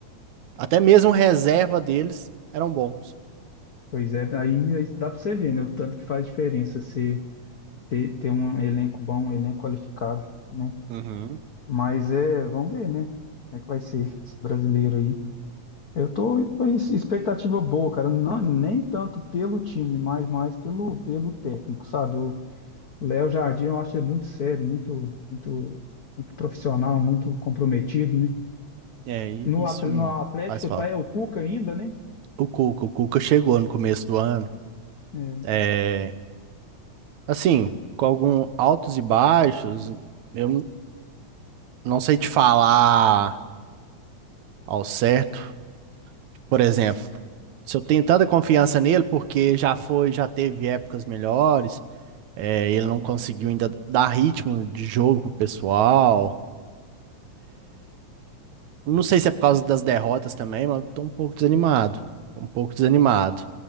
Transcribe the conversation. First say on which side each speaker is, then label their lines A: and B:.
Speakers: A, on the right (about 75°); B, on the left (about 65°).
A: Até mesmo reserva deles eram bons.
B: Pois é, aí, aí dá pra você ver, né? O tanto que faz diferença você ter, ter um elenco bom, um elenco qualificado, né?
A: Uhum.
B: Mas é, vamos ver, né? Como é que vai ser esse brasileiro aí? Eu tô com expectativa boa, cara. Não, nem tanto pelo time, mas mais pelo, pelo técnico, sabe? O Léo Jardim eu acho ele muito sério, muito, muito, muito profissional, muito comprometido, né?
A: É, e
B: No
A: isso
B: Atl-
A: hum,
B: no Atlético
A: faz falta.
B: tá é o Cuca ainda, né?
A: O Cuca, o Cuca chegou no começo do ano.
B: É,
A: É, assim, com alguns altos e baixos, eu não sei te falar ao certo. Por exemplo, se eu tenho tanta confiança nele, porque já foi, já teve épocas melhores, é, ele não conseguiu ainda dar ritmo de jogo pro pessoal. Não sei se é por causa das derrotas também, mas eu tô um pouco desanimado. Tô um pouco desanimado.